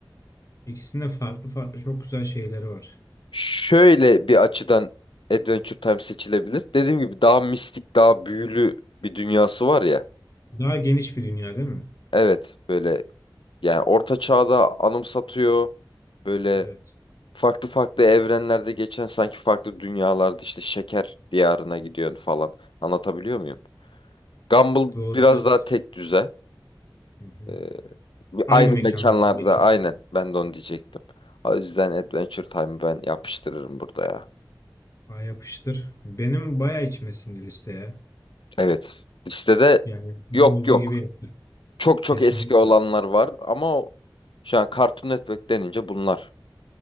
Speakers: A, on the left; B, on the left.
A: İkisinde farklı farklı çok güzel şeyleri var.
B: Şöyle bir açıdan Adventure Time seçilebilir. Dediğim gibi daha mistik, daha büyülü bir dünyası var ya.
A: Daha geniş bir dünya değil mi?
B: Evet, böyle Yani orta çağda anımsatıyor. Böyle
A: Evet.
B: farklı farklı evrenlerde geçen sanki farklı dünyalarda işte şeker diyarına gidiyorsun falan. Anlatabiliyor muyum? Gumball
A: Doğru
B: biraz
A: evet.
B: daha tek düze.
A: Hı hı.
B: Ee, bir-
A: Aynı
B: aynı
A: mekanlarda
B: mekanlarda
A: geçiyor.
B: aynen ben de onu diyecektim. O yüzden Adventure Time'ı ben yapıştırırım burada ya.
A: Ay yapıştır. Benim bayağı içmesin listeye.
B: Evet. Listede
A: Yani tam
B: yok
A: olduğu
B: yok.
A: gibi yaptık.
B: Çok çok
A: Kesinlikle.
B: eski olanlar var ama o- şu an Cartoon Network denince bunlar